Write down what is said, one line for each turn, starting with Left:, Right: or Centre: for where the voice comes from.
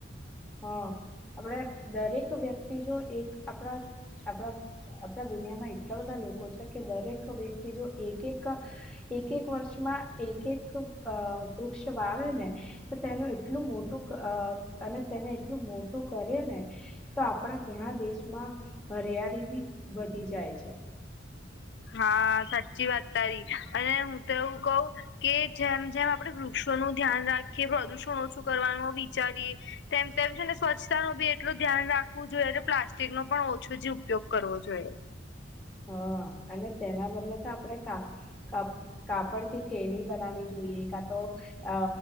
Centre: હા આપણે દરેક વ્યક્તિ જો એક, આપણા આપણા આપડા દુનિયામા એ એટલા બધા લોકો છે. કે દરેક વ્યક્તિ જો એક એક એક એક વર્ષમાં એક એક, વૃક્ષ વાવે ને તો તેનું એટલું મોટું અને, અને એટલું મોટું કરે ને. તો આપણા ઘણા દેશમાં હરિયાળી બી વધી જાય છે.
Left: હા સાચી વાત તારી અને હું તો એવું કઉ. કે જેમ જેમ આપડે વૃક્ષોનું ધ્યાન રાખીએ પ્રદુષણ ઓછું કરવાનું વિચારીએ. તેમ તેમ છે ને સ્વચ્છતાનું બી એટલું ધ્યાન રાખવું જોઈએ. અને પ્લાસ્ટિક નો પણ ઓછો જ ઉપયોગ કરવો જોઈએ.
Centre: હા અને તેના બદલે તો આપણે કા કા કાપડથી થેલી બનાવી જોઈએ. કા તો અ